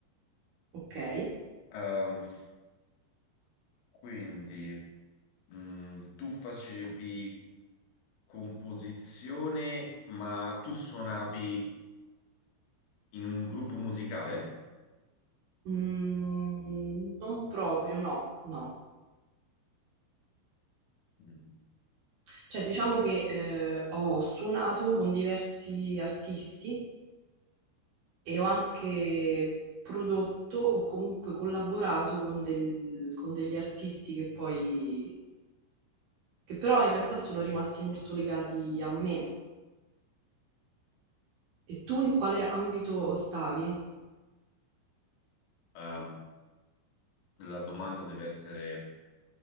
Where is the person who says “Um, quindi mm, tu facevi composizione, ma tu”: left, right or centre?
Left